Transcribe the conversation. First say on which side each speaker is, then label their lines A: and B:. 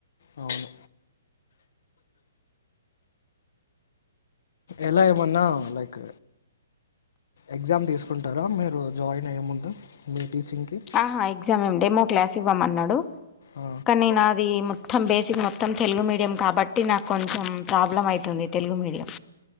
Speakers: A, on the left; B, on the left.
A: అవును ఎలా ఏమన్నా లైక్ ఎగ్జామ్ తీసుకుంన్ టారా మీరు జాయిన్ అయ్యే ముందు మీ టీచింగ్కి
B: ఆహా ఎగ్జామ్ ఏమి డేమో క్లాస్ ఇవ్వమన్నాడు
A: ఆ,
B: కానీ నాది మొత్తం బేసిక్ మొత్తం తెలుగు మీడియం కాబట్టి నాకు కొంచెం ప్రాబ్లం అయితుంది తెలుగు మీడియం